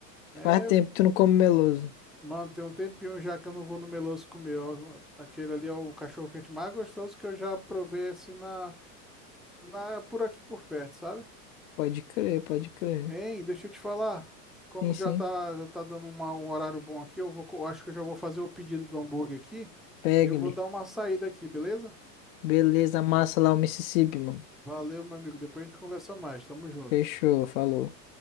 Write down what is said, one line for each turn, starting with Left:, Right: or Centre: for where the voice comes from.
Centre: É,
Left: Faz tempo que tu não come meloso.
Centre: mano, tem um tempinho já que eu não vou no meloso comer. ó. Aquele ali é o cachorro quente mais gostoso que eu já provei assim na, na, por aqui por perto, sabe?
Left: Pode crer, pode crer.
Centre: Hein, deixa eu te falar. Como
Left: Sim,
Centre: já
Left: sim.
Centre: tá, já tá dando uma- um horário bom aqui, eu vou, co- eu acho que eu já vou fazer o pedido do hambúrguer aqui.
Left: Pega-lhe.
Centre: E eu vou dar uma saída aqui, beleza?
Left: Beleza, amassa lá o Mississippi, mano.
Centre: Valeu, meu amigo. Depois a gente conversa mais. Tamo junto.
Left: Fechou, falou.